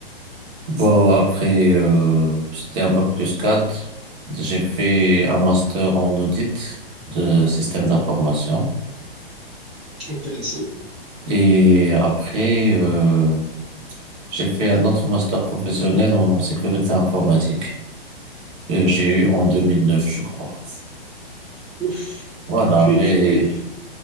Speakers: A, on the right (about 30°); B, in the centre.
A: Bon, après, euh, c'était un bac plus 4. J'ai fait un master en audit de système d'information.
B: Intéressant.
A: Et après, euh, J'ai fait un autre master professionnel en sécurité informatique que j'ai eu en 2009, je crois.
B: Ouf.
A: Voilà,
B: Tu,
A: mais
B: tu,